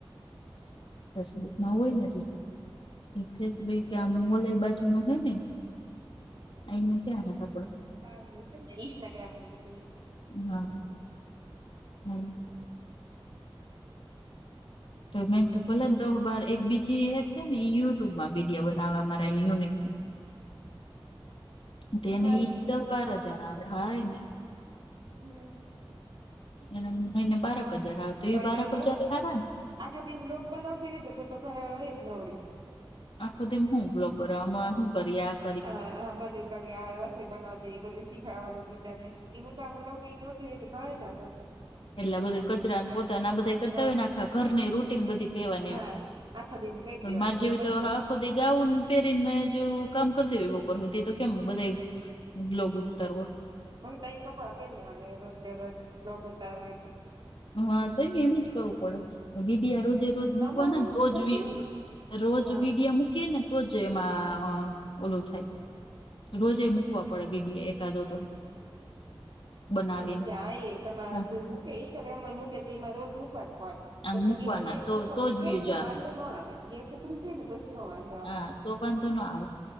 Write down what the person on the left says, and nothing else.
ફેસબુકમાં હોય ને, એટલે એ ભ ક્યાં મોલ એ બાજુ ન હ ને એનું ક્યાં હ પડે
હા હમ્મ
તો મેમ ભલે ને દો બાર એક બીજી હે છે ને ઈ યુટ્યુબમાં વિડીયો બનાવા મારા એલોનેક
તેને
ઈ દસ બાર હજાર આવે, હાય ને
એને મહિને બાારેક હજાર આવે તો
એ બારેક
હજાર એ હારા ને
આખો દી હું બ્લોગ બનવામા હું કરીયા
એટલા બધું કચરા ને પોતાના બધાઈ કટાઈ
નાખા ઘરની રૂટીન બધી કેવાની
એમ,
પણ
મારે
જેવી
તો
હા ખો દિન ગાઉન પહેરીને મે જેવું કામ કરતી હોય બપોર હુધી તો કેમ બધે બ્લોગ ઉતારવો
હા તો એને એમજ કરવું પડે, વીડિયા રોજે રોજ
મૂકવાના
ને તો
જુએ
રોજ
વિડિયા મૂકી ને, તો જ એમાં અ ઓલું થાય. રોજે મુકવા પડે વિડીયો એકાદો તો. બનાવીને
હા
આમ
મૂકવાના
તો
તો જ
વ્યુજ
આવે
હા તો પણ તો ન આવે.